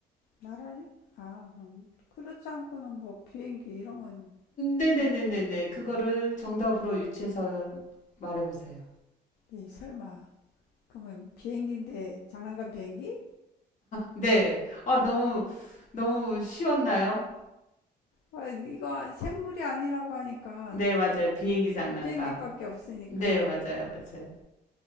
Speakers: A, on the left (about 70°); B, on the left (about 45°).
A: 날아, 아, 그럼. 그렇지 않고는 뭐 비행기 이런 건
B: 네네네네네.
A: 날아다니는 거죠.
B: 그거를 정답으로 유추해서 말해보세요.
A: 이 설마 그러면 비행기인데 장난감 비행기?
B: 네. 아, 너무, 너무 쉬웠나요?
A: 아, 이거 생물이 아니라고 하니까
B: 네, 맞아요. 비행기 장난감.
A: 비행기밖에 없으니까
B: 네, 맞아요. 맞아요.